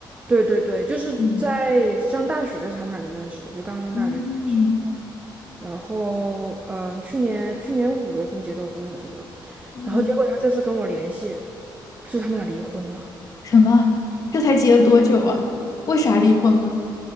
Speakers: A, on the right; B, on the left.
A: 对对对，就是在上大学的时候，
B: 嗯
A: 他们俩就认识了，就刚上大学就认识了。
B: 嗯
A: 然后，嗯，去年去年五月份结的婚，我记得。
B: 嗯，
A: 然后结果他这次跟我联系，他说他们俩离婚了。
B: 什么？这才结了多久啊？为啥离婚啊？